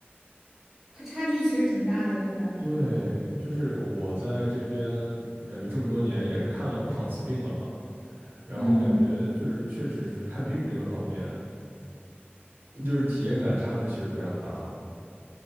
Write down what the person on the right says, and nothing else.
对，就是我在这边感觉这么多年也是看了不少次病了嘛，然后感觉就是确实是看病这个方面，
就是体验感差距其实非常大的。